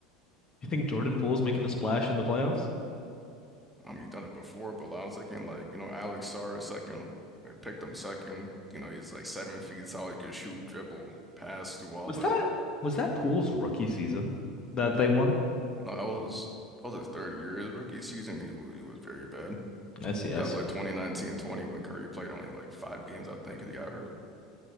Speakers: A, on the left (about 30°); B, in the centre.
A: You think Jordan Poole's making a splash in the playoffs?
B: Um, you've done it before, but I was thinking like, you know, Alex Sarr, second, I picked him second. You know, he's like seven feet tall. He could shoot, dribble, pass, do all
A: Was
B: that.
A: that was that Poole's rookie season that they won?
B: No, I was I was his third year. His rookie season, he was, he was very bad.
A: I see, I
B: That
A: see.
B: was like 2019 and 20 when Curry played only like five games, I think, 'cause he got hurt.